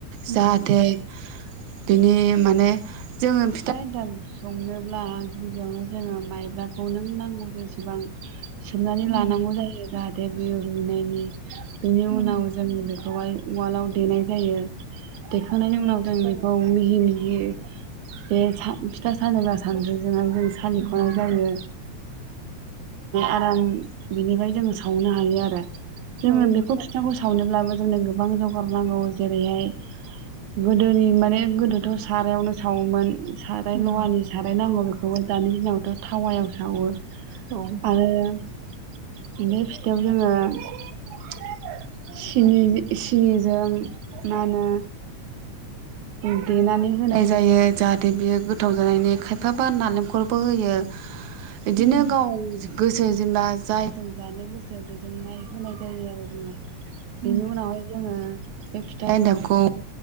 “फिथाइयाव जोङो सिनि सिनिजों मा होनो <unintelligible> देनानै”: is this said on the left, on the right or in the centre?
Right